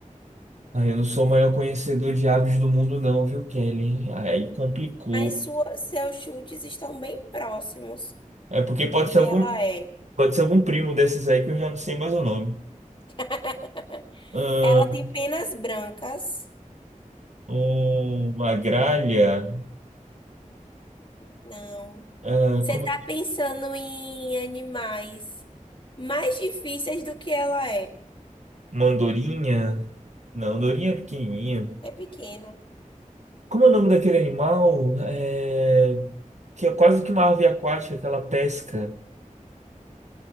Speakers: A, on the right (about 55°); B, on the left (about 35°).
A: Ah, eu não sou o maior conhecedor de aves do mundo, não, viu, Kelly? Aí complicou.
B: Mas sua, seus chutes estão bem próximos
A: É porque pode
B: do que
A: ser algum,
B: ela é.
A: pode ser algum primo desses aí que eu já não sei mais o nome.
B: <laughs>
A: Ah,
B: Ela tem penas brancas.
A: uma gralha?
B: Não.
A: Ah,
B: Você
A: como?
B: tá
A: é?
B: pensando em animais mais difíceis do que ela é.
A: Uma andorinha? Não, andorinha é pequenininha.
B: É pequeno.
A: Como é o nome daquele animal? É... que é quase que uma ave aquática que ela pesca.